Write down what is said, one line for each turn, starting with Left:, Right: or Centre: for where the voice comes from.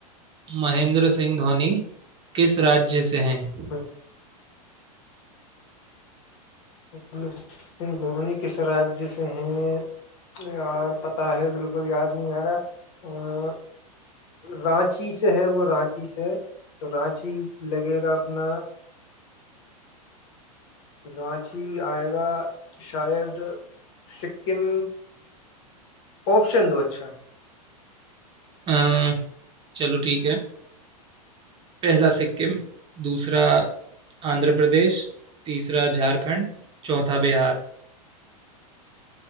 Right: महेंद्र सिंह धोनी किस राज्य से हैं
Left: <clears throat> महेंद्र सिंह धोनी किस राज्य से हैं यार पता है बिल्कुल याद नहीं आ रहा अ, रांची से है वो रांची से तो रांची लगेगा अपना रांची आएगा शायद सिक्किम ऑप्शन दो अच्छा
Right: अ, चलो ठीक है पहला सिक्किम दूसरा आंध्र प्रदेश तीसरा झारखंड चौथा बिहार